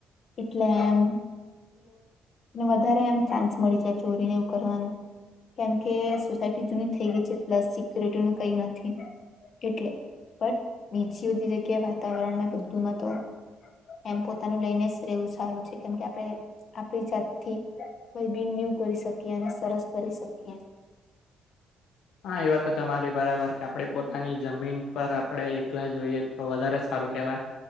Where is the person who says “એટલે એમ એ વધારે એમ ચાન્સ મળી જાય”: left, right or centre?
Left